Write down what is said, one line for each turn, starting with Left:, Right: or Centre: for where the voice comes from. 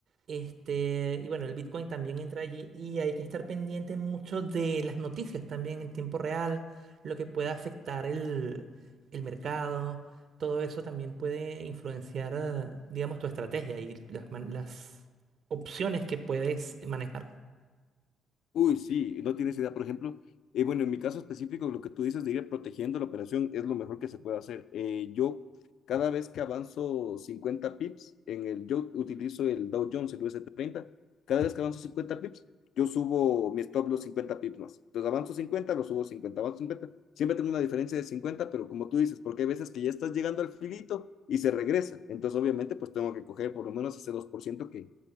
Right: Este, y bueno, el Bitcoin también entra allí y hay que estar pendiente mucho de las noticias también en tiempo real, lo que pueda afectar el, el mercado, todo eso también puede influenciar, eh, digamos, tu estrategia y las, man- las opciones que puedes manejar.
Left: Uy, sí, no tienes idea. Por ejemplo, eh, bueno, en mi caso específico, lo que tú dices de ir protegiendo la operación es lo mejor que se puede hacer. Eh, yo, cada vez que avanzo cincuenta pips, en el, yo utilizo el Dow Jones, el us Treinta. cada vez que avanzo 50 pips, yo subo mi stop los cincuenta pips más. Entonces avanzo 50, lo subo 50. avanzo 50, Siempre tengo una diferencia de 50. pero como tú dices, porque hay veces que ya estás llegando al filito y se regresa. Entonces, obviamente, pues tengo que coger por lo menos ese 2% que,